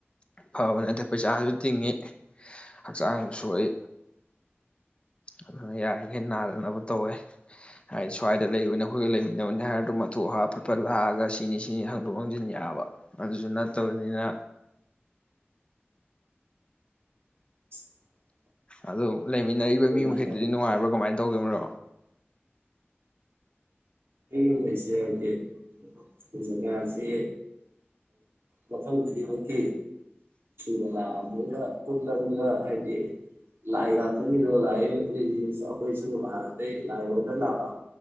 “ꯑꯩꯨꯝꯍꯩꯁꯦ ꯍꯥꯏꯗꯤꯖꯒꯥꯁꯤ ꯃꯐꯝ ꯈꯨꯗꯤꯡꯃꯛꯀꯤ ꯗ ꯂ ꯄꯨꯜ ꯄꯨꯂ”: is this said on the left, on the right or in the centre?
Right